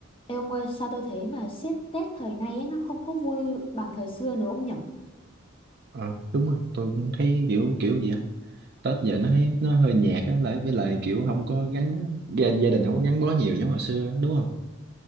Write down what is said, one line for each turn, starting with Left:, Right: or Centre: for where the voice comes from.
Left: Ê ông ơi, sao tôi thấy mà xếp Tết thời nay ấy, nó không có vui bằng thời xưa nữa ông nhở?
Right: Ờ, đúng rồi tôi cũng thấy kiểu kiểu gì á Tết giờ nó thấy nó hơi nhạt á lại với lại kiểu không có gắn gia, gia đình không có gắn bó nhiều giống hồi xưa á, đúng không